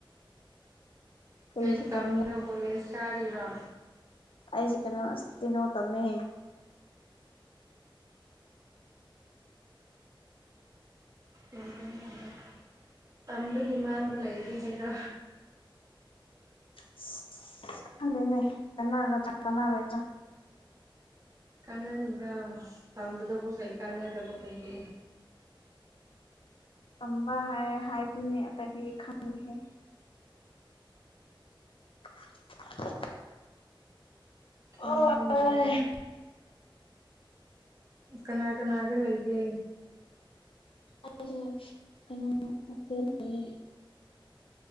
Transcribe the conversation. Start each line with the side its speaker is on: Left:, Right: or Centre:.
Left: ꯀꯔꯤꯁꯨ
Right: ꯀꯩ ꯇꯝꯃꯤꯅꯣ
Left: ꯇꯧꯅꯤꯡꯉꯦ
Right: ꯀꯣꯂꯦꯁ ꯀꯥꯔꯤꯔꯣ
Left: ꯑꯩꯖꯤ ꯀꯩꯅꯣ ꯑꯁꯇꯤꯅꯣ ꯇꯝꯃꯦ
Right: ꯌꯥꯝ ꯐꯪꯌꯦ ꯌꯥꯝ ꯐꯩ ꯇꯝꯕꯒꯤ ꯃꯥꯡꯕ ꯂꯩꯔꯦ ꯍꯥꯏꯗꯣ
Left: ꯏꯁ ꯈꯪꯗꯦꯅꯦ ꯀꯅꯥꯒꯗ꯭ꯔ ꯀꯅꯥꯔꫭꯏꯗ꯭ꯔ
Right: ꯀꯥꯟꯅꯅꯤꯗ ꯇꯝꯕꯗꯕꯨ ꯀꯩ ꯀꯥꯟꯅꯗꯕ ꯂꯩꯩꯒꯦ
Left: ꯇꯝꯕ ꯍꯥꯏꯔꯦ ꯍꯥꯏꯗꯨꯅꯤ ꯑꯇꯩꯗꯤ ꯈꯪꯗꯦꯍꯦ <unintelligible>
Right: ꯀꯣꯡ
Left: ꯑꯣ
Right: ꯉꯝꯃꯤꯗ
Left: ꯑꯩꯁꯦ
Right: ꯀꯅꯥ ꯀꯅꯥꯒ ꯂꯩꯒꯦ
Left: ꯑꯩꯁꯦ ꯀꯩꯅꯣ ꯍꯣꯁꯇꯦꯜ ꯂꯩꯌꯦ